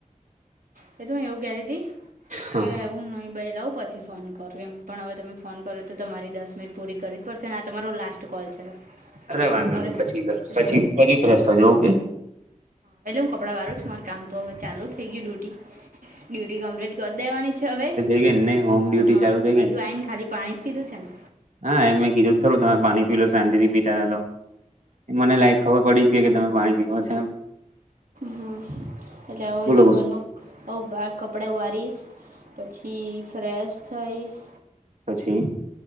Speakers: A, on the right (about 85°); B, on the right (about 65°).
A: પ ત હું એવું કેતી તી,
B: હા
A: કે હું ન બઈ લઉ પછી. ફોન કરો એમ પણ હવે તમે ફોન કરો તો તમારી દસ મિનિટ પૂરી કરી જ પડશે ને આ તમારો લાસ્ટ કોલ છે.
B: અરે વાંધો
A: તમારે
B: નહી પછી ઘર
A: એટલે
B: પછી પછી ફ્રેશ થજ ઓકે.
A: પેલે હું કપડાં વારું છું માર કામ તો હવે ચાલુ થઈ ગયું ડ્યુટી. ડ્યુટી કમ્પ્લીટ કરી દેવાની છે હવે.
B: એ હોમ. ડ્યુટી
A: હ હા
B: ચાલુ થઈ ગઈ
A: હજુ આવીઈને
B: ને
A: ખાલી પાણી જ પીધું છે ને.
B: હા એમે કીધું જ ખરું તમે પાણી પી લો શાંતિ થી પીતા તો. મને લાઈક ખબર પડી ગઈ કે તમે પાણી પીવા છો એમ.
A: હમ એટલે હું
B: બોલો
A: જો
B: બોલો
A: ઘરનું આ કપડા વારીશ. પછી ફ્રેશ થઈશ.
B: પછી